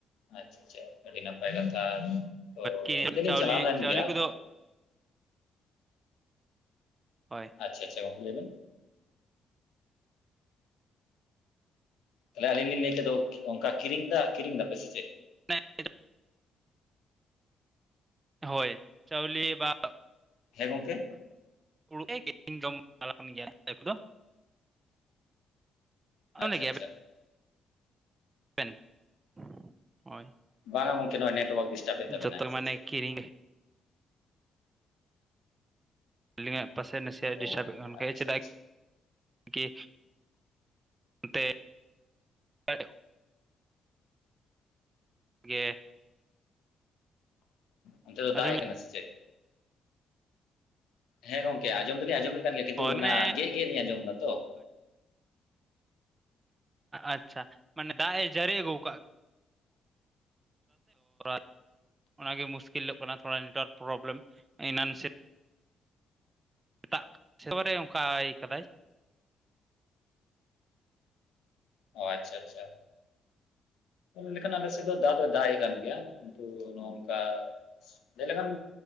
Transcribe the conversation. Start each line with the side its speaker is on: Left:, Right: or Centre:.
Left: ᱟᱪᱪᱷᱟ ᱟᱪᱪᱷᱟ ᱟᱹᱰᱤ ᱱᱟᱯᱟᱭ ᱠᱟᱛᱷᱟ ᱛᱚ
Right: ᱦᱳᱭ
Left: ᱚᱱᱛᱮ
Right: ᱪᱟᱣᱞᱮ
Left: ᱞᱤᱧ ᱪᱟᱞᱟᱣ ᱞᱮᱱ
Right: ᱪᱟᱣᱞᱮ
Left: ᱜᱮᱭᱟ
Right: ᱠᱚᱫᱚ ᱦᱳᱭ
Left: ᱟᱪᱪᱷᱟ ᱟᱪᱪᱷᱟ ᱜᱚᱢᱠᱮ ᱞᱟᱹᱭᱵᱮᱱ ᱛᱟᱦᱚᱞᱮ ᱟᱹᱞᱤᱧ ᱞᱤᱧ ᱞᱟᱹᱭ ᱠᱮᱫᱟ ᱚᱱᱠᱟ ᱠᱤᱨᱤᱧ ᱮᱫᱟ ᱠᱤᱨᱤᱧ ᱫᱟ ᱯᱮᱥᱮ ᱪᱮᱫ?
Right: <unintelligible> ᱦᱳᱭ ᱪᱟᱣᱞᱤ ᱵᱟ
Left: ᱦᱮᱸ ᱜᱚᱢᱠᱮ
Right: ᱩᱲᱩᱜ <unintelligible> ᱮᱧ ᱡᱚᱢ ᱵᱟᱲᱟ ᱠᱟᱱ ᱜᱮᱭᱟ ᱟ ᱠᱚᱫᱚ
Left: ᱟᱪᱪᱷᱟ
Right: ᱡᱚᱢ ᱜᱮᱭᱟ
Left: ᱟᱪᱪᱷᱟ
Right: <unintelligible>
Left: ᱵᱟᱝ ᱜᱚᱝᱠᱮ ᱱᱚᱣᱟ ᱱᱮᱴᱣᱟᱨᱠ ᱰᱤᱥᱴᱟᱵᱮᱫ ᱛᱟᱵᱮᱱᱟ
Right: ᱡᱚᱛᱚ
Left: ᱥᱮ
Right: ᱢᱟᱱᱮ
Left: ᱪᱮᱫ
Right: ᱠᱤᱨᱤᱧ ᱜᱮ ᱟᱹᱞᱤᱧᱟᱜ ᱯᱟᱥᱮ ᱱᱟᱥᱮ
Left: ᱚ
Right: ᱰᱤᱥᱴᱟᱵᱮᱫ ᱠᱟᱱ ᱜᱮ
Left: ᱟᱪᱪᱷᱟ
Right: ᱪᱮᱫᱟᱜ
Left: ᱟᱪᱪᱷᱟ
Right: ᱠᱤ ᱛᱮ <unintelligible> ᱜᱮ
Left: ᱚᱱᱛᱮ ᱫᱚ
Right: ᱟᱸᱡᱚᱢ
Left: ᱫᱟᱜ ᱮᱜ ᱠᱟᱱᱟ ᱥᱮ ᱪᱮᱫ ᱦᱮᱸ ᱜᱚᱝᱠᱮ ᱟᱸᱚᱢ ᱫᱚᱞᱤᱧ ᱟᱸᱚᱢᱮᱫ ᱠᱟᱱ ᱜᱮᱭᱟ ᱠᱤᱱᱛᱩ
Right: ᱦᱳᱭ
Left: ᱚᱱᱟ
Right: ᱢᱟᱱᱮ
Left: ᱜᱮᱫ ᱜᱮᱫ ᱞᱤᱧ ᱟᱸᱚᱢ ᱮᱫᱟ ᱛᱚ
Right: ᱟᱪᱪᱷᱟ ᱢᱟᱱᱮ ᱫᱟᱭ ᱡᱟᱨᱤ ᱠᱟᱜ-ᱟ ᱚᱱᱟᱜᱮ <unintelligible> ᱢᱩᱥᱠᱤᱞᱚᱜ ᱠᱟᱱᱟ ᱛᱷᱚᱲᱟ ᱱᱮᱴᱣᱟᱨᱠ ᱯᱨᱚᱵᱞᱮᱢ ᱮᱱᱟᱱ ᱥᱮᱫ ᱫᱟᱜ ᱥᱮᱛᱟᱝ ᱨᱮ ᱚᱱᱠᱟᱭ ᱤᱭᱟ ᱠᱟᱫᱟᱭ
Left: ᱚ ᱟᱪᱪᱷᱟ ᱟᱪᱪᱷᱟ ᱞᱮᱠᱷᱟᱱ ᱟᱞᱮ ᱥᱮᱫ ᱫᱚ ᱫᱟᱜ ᱫᱚᱭ ᱫᱟᱜ ᱮ ᱠᱟᱱ ᱜᱮᱭᱟ ᱠᱤᱱᱛᱩ ᱱᱚᱜᱼ ᱱᱚᱝᱠᱟ ᱡᱮᱞᱮᱠᱷᱟᱱ